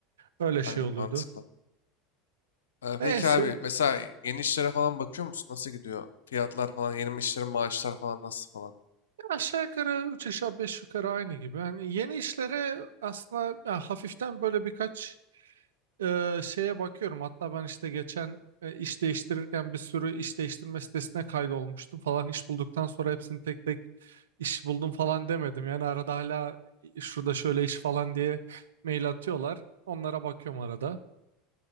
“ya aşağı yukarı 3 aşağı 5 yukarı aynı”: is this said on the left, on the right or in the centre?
Right